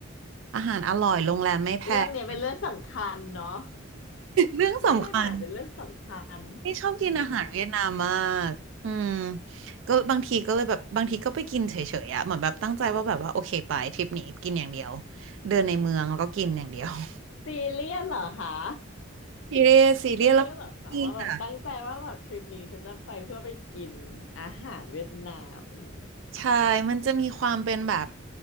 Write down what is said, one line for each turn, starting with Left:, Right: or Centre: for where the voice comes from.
Right: อาหารอร่อยโรงแรมไม่แพง
Left: เรื่องเนี้ยเป็นเรื่องสำคัญเนาะ
Right: <laughs> เรื่องสำคัญ
Left: เรื่องอาหารเป็นเรื่องสำคัญ
Right: นี่ชอบกินอาหารเวียดนามมากอืม
Left: อืม
Right: ก็บางทีก็เลยแบบบางทีก็ไปกินเฉยๆอะเหมือนแบบตั้งใจว่าแบบว่าโอเคไปทริปนี้กินอย่างเดียวเดินในเมืองแล้วก็กินอย่างเดียว <laughs>
Left: ซีเรียสเหรอคะ
Right: ซีเรียสซีเรียสแล้วกินอะ
Left: <laughs> ซีเรียสเหรอคะว่าแบบตั้งใจว่าแบบทริปนี้ฉันจะไปเพื่อไปกินอาหารเวียดนามนี่
Right: ใช่มันจะมีความเป็นแบบ